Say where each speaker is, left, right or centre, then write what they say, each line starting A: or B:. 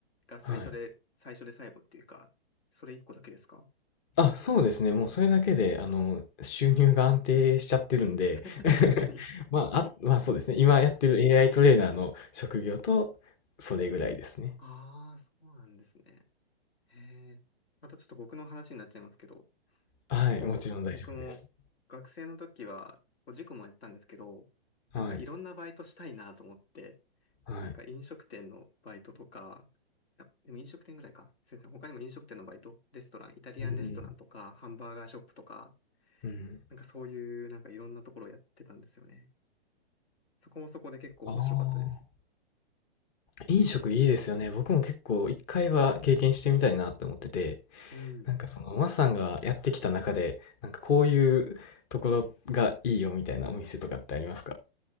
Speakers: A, on the left (about 70°); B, on the left (about 30°).
A: が最初で、
B: はい。
A: 最初で最後っていうか、それ一個だけですか
B: あ、そうですね。もうそれだけで、あの、収入が安定しちゃってるんで
A: <laughs>
B: <laughs>
A: 確かに。
B: まあ、あ、まあそうですね。今やってる AI トレーナーの職業と、それぐらいですね。
A: ああ、そうなんですね。へえ。またちょっと僕の話になっちゃいますけど、
B: はい。
A: 結構僕も学生の時は、
B: もちろん大丈夫です。
A: こう塾もやったんですけど、なんかいろんなバイトしたいなと思って、
B: はい。はい。
A: なんか飲食店のバイトとか、あでも飲食店ぐらいか。そうですね。他にも飲食店のバイト、レストラン、イタリアンレストランとか、
B: うん。
A: ハンバーガーショップとか、
B: うん。
A: なんかそういうなんかいろんなところをやってたんですよね。そこもそこで結構面白かったです。
B: ああ。飲食いいですよね。僕も結構一回は経験してみたいなって思ってて、
A: うん。
B: なんかその、マスさんがやってきた中で、なんかこういうところがいいよみたいなお店とかってありますか